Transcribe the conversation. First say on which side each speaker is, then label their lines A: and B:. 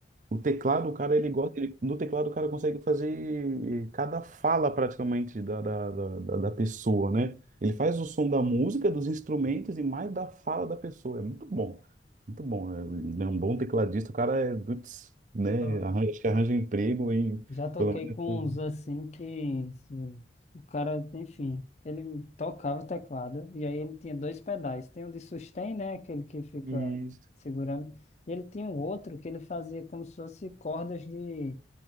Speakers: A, on the right; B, on the left.
A: O teclado, o cara, ele gosta, ele, no teclado o cara consegue fazer cada fala praticamente da, da, da, da- da pessoa, né? Ele faz o som da música, dos instrumentos e mais da fala da pessoa. É muito bom, muito bom. É, um é um bom tecladista, o cara é, putz, né?
B: Uhum.
A: Arranja, acho que arranja emprego e
B: Já toquei
A: pelo menos.
B: com uns assim que assim, o cara, enfim, ele tocava o teclado e aí ele tinha dois pedais. Tem o de sustain, né? Aquele que fica
A: Isso.
B: segurando. E ele tinha um outro que ele fazia como se fosse cordas de